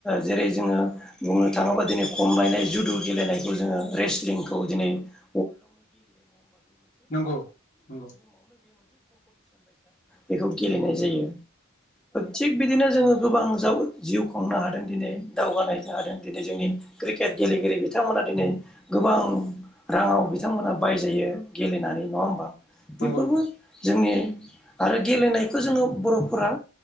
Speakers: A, in the centre; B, on the left.
A: जेरै जोङो बुंनो थाङोबा दिनै खमलायनाय जुदु गेलेनायखौ जोङो रेस्लिंखौ दिनै <inaudible>
B: नंगौ उम नंगौ
A: बेखौ
B: नंगौ
A: गेलेनाय
B: नोंथां
A: जायो। थिक बि बिदिनो जोङो गोबां जा जिउ खुंनो हादों दिनै दावगानायदों दिनै जोंनि क्रिकेट गेले दनै बिथांमोना दिनै गोबां राङाव बिथांमोना बायजायो। गेलेनानै नङा होमबा
B: नंगौ
A: बेफोरबो जोंनि आरो गेलेनायखौ जोङो बर'फोरा